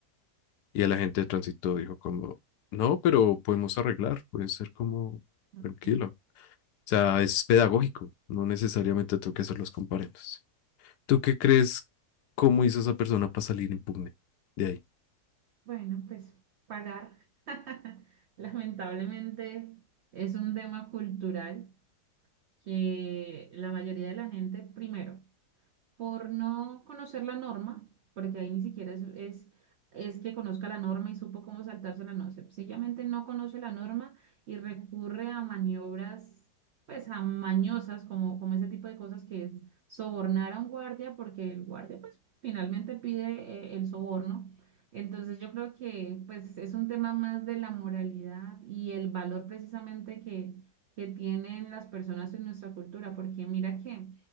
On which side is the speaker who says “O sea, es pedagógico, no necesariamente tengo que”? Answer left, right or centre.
Left